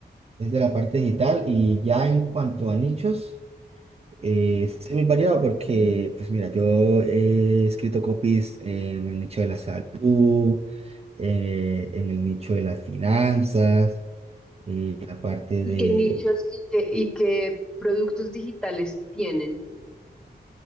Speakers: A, on the right (about 35°); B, in the centre.
A: Es de la parte digital y ya en cuanto a nichos, eh, es muy variado porque, pues mira, yo he escrito copies en el nicho de la salud, eh, en el nicho de las finanzas, en la parte
B: ¿Y
A: de
B: qué nichos y qué, y qué productos digitales tienen?